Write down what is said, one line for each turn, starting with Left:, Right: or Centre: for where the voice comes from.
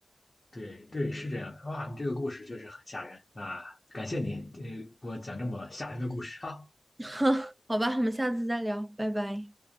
Left: 对对，是这样的。哇，你这个故事确实很吓人。那感谢你，呃，给我讲这么吓人的故事啊！
Right: <laughs> 好吧，我们下次再聊，拜拜。